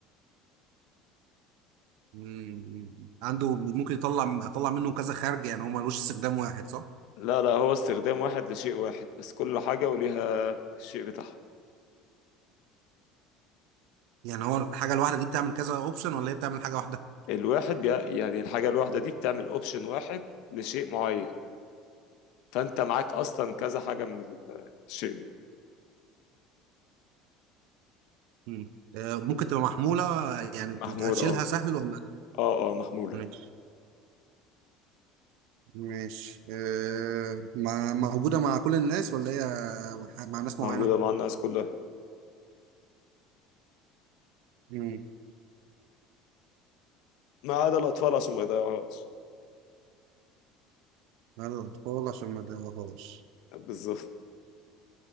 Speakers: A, on the right; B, on the left.
A: مم، عنده ممكن يطلع اطلع منه كذا خارج يعني هو ملوش استخدام واحد صح
B: لا لا هو استخدام واحد لشيء واحد بس كل حاجه وليها الشيء بتاعها
A: يعني هو الحاجه الواحده دي بتعمل كذا اوبشن ولا هي بتعمل حاجه واحده
B: الواحد بي... يعني الحاجه الواحده دي بتعمل اوبشن واحد لشيء معين فانت معاك اصلا كذا حاجه من الشيء ده
A: مم. آه، ممكن تبقى محموله آه، يعني
B: محموله
A: اشيلها
B: اه
A: سهل ولا
B: اه اه محموله
A: ماشي ماشي آه، مع- موجوده مع كل الناس ولا هي مع ناس معينه
B: موجوده مع الناس كلها
A: مم.
B: ما عدا الاطفال عشان ما يضيعوهاش
A: مع الاطفال عشان ما ادوهاش
B: بالظبط